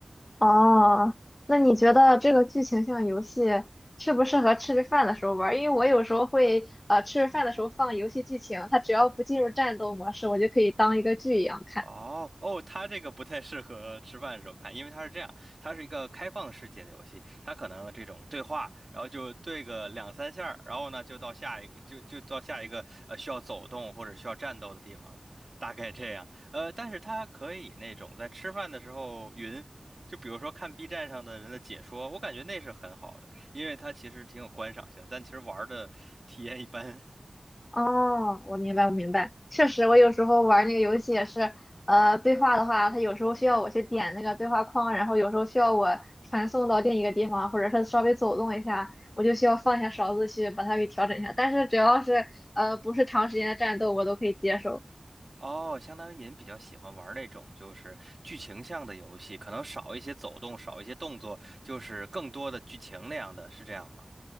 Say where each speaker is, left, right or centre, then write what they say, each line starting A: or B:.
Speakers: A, on the left; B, on the right.
A: 哦，那你觉得这个剧情像游戏适不适合吃着饭的时候玩儿？因为我有时候会呃吃着饭的时候放游戏剧情，它只要不进入战斗模式，我就可以当一个剧一样看。
B: 哦哦，它这个不太适合吃饭的时候看，因为它是这样，它是一个开放世界的游戏，它可能这种对话，然后就对个两三下儿然后呢就到下一个，就就到下一个呃需要走动或者需要战斗的地方了，大概这样。呃，但是它可以那种在吃饭的时候云，就比如说看 B 站上的人的解说，我感觉那是很好的，因为它其实挺有观赏性的但其实玩儿的体验一般。
A: 哦，我明白，我明白，确实，我有时候玩那个游戏也是，呃，对话的话，它有时候需要我去点那个对话框，然后有时候需要我传送到另一个地方，或者是稍微走动一下，我就需要放下勺子去把它给调整一下。但是只要是呃不是长时间的战斗，我都可以接受。
B: 哦，相当于您比较喜欢玩那种就是剧情向的游戏，可能少一些走动，少一些动作，就是更多的剧情那样的，是这样吗？